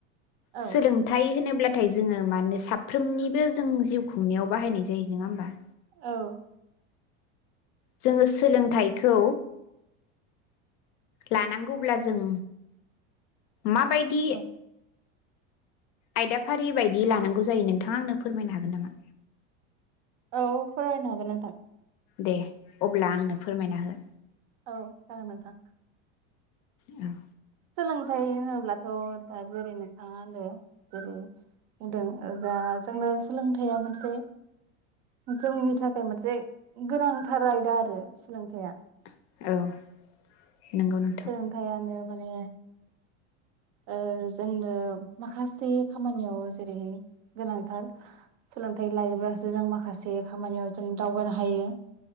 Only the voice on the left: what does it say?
सोलोंथाइ होनोब्ला थाय जोङो माने साफ्रोमनिबो जों जिउ खुंनायाव बाहायनाय जायो नङा होमबा?
जोङो सोलोंथाइखौ लानांगौब्ला जों माबायदि
आयदाफारि बायदि लानांगौ जायो नोंथाङा आंनो फोरमायनो हागोन नामा?
दे अब्ला आंनो फोरमायना हो।
ओं
औ नंगौ नोंथां